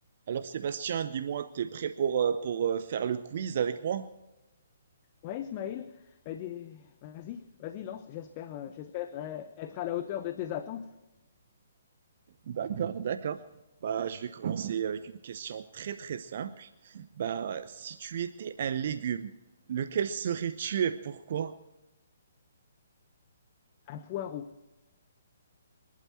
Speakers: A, on the right; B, on the left.
A: Alors Sébastien, dis-moi que tu es prêt pour, euh, pour euh, faire le quiz avec moi?
B: Ouais, Ismaël, bah, dis- vas-y, vas-y, lance. J'espère, euh, j'espère euh, être à la hauteur de tes attentes.
A: D'accord. Bah, je vais commencer avec une question très très simple. Bah, si tu étais un légume, lequel serais-tu et pourquoi?
B: Un poireau.